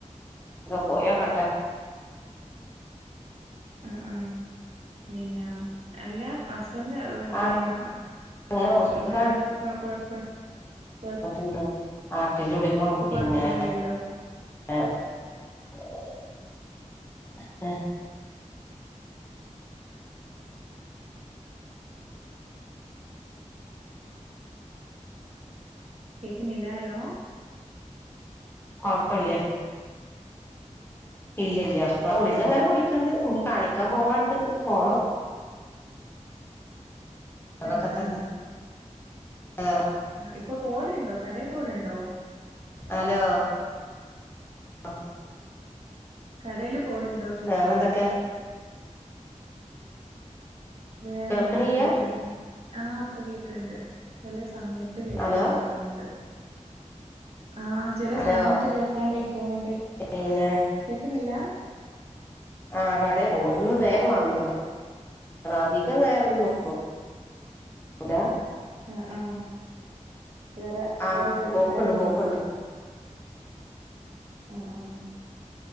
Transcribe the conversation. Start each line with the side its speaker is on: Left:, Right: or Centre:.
Left: പോയോക്കട്ടെ <unintelligible>
Right: അ ആഹ് പിന്നെ അല്ലാ ഹസ്ബൻഡ്റെ
Left: ആ
Right: പിന്നെ
Left: അങ്ങനെ ഹോസ്പിറ്റൽ
Right: എന്താണ് ഇപ്പം കുഴപ്പ കൊഴ
Left: ഇണ്ട് ആർട്ടിന്റെ ഉള്ളിലു
Right: ഇപ്പൊ
Left: പിന്നെ
Right: കൊഴപ്പൊന്നുല്ലല്ലോ
Left: എ <unintelligible>
Right: കേക്കുന്നില്ല ഹലോ
Left: കോഴപ്പല്ല ഇല്ലല്ല ഇപ്പ ഉളികങ്ങനെ കുടിക്ക്ണ്ട് ഇനി കാണിക്കാൻ പോവാണ്ട് പോണം അതൊക്കെ
Right: ആഹ്
Left: തന്നെ
Right: ആഹ്
Left: <unintelligible>
Right: ആഹ് ഇപ്പൊ പോവല്ണ്ടോ കടെ പോവല്ണ്ടോ
Left: അലോ ആ
Right: കടേല് പോവല്ണ്ടോ ചോയ്ക്ക
Left: വേറെന്തൊക്കെ
Right: വേറെന്ത്
Left: കേൾക്കണിയ്യ
Right: നല്ലതന്നെ ആഹ് ഇപ്പ കേൾക്ക്ണ്ണ്ട് ചെല സമയത്ത് കേൾക്കാണ്ടായി
Left: ഹലോ
Right: പ്പോവ്ണ്ട് ആഹ് ചെല
Left: ഹലോ
Right: സമയത്ത് കേക്കാണ്ടായി പോണ്ട്
Left: പിന്നെ
Right: കേക്ക്ണില്ല
Left: ആഹ് കടെ പോന്ന് ഇന്ന് വേഗം വന്ന അധികം നേര ന്നും നിക്കുല ഉല
Right: അഹ് ആഹ് വേറെ
Left: ആ
Right: വേറെ ജോലിക്കാര്ണ്ടേയ്ക്കും
Left: പോക്ക്ണ്ട് പോക്ക്ണ്ട്
Right: ആഹ് ആഹ്